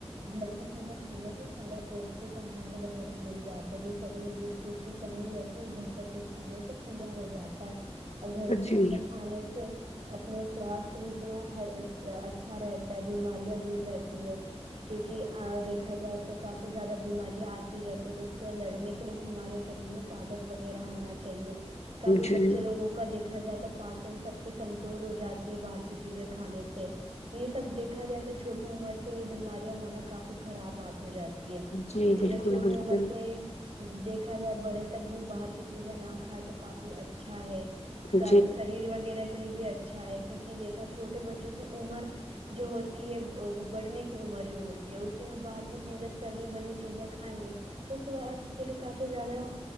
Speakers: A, on the right (about 60°); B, on the left (about 75°).
A: گھر کی چیزیں کھانے سے سارا پوشٹک آہار وغیرہ مل جاتا ہے جو شریر میں کوئی چیز کی کمی رہتی ہے وہ گھر کا چیز کھانے سے پورا ہو جاتا ہے اور گھر کی
B: جی
A: چیزیں کھانے سے اپنے سواستھ بھی اتنا ہل کا اچھا رہتا ہے بیماریاں دور رہتی ہے کیونکی آ دیکھا جائے تو کافی زیادہ بیماریاں اتی رہتی ہے تو اس کو لڑنے کے لیے بھی ہمارے شریر میں طاقت وغیرہ ہونا چاہیے کافی
B: جی
A: بچے لوگوں کا دیکھا جاتا ہے پاچن شکتی کمزور ہو جاتی ہے باہر کی چیزیں کھانے سے سے یہ سب دیکھا جائے تو چھوٹی عمر سے یہ بیماریاں ہونا کافی خراب بات ہو جا تی ہے
B: جی
A: اس لیے
B: بالکل
A: چھوٹی
B: بالکل
A: عمر سے ہی دیکھا جائے بڑے تک بھی باہر کی چیزیں نہ کھائے تو کافی اچھا ہے
B: جی
A: سا شریر وغیرہ کے لیے بھی اچھا ہے کیونکی دیکھا چھوٹے بچوں کی عمر جو ہوتی ہے وہ بڑھنے کی عمر جو ہوتی ہے اسی میں باہر کی چیزیں تلی ولی چیزیں کھالیے تو سواستھ کے لیے کافی زیادہ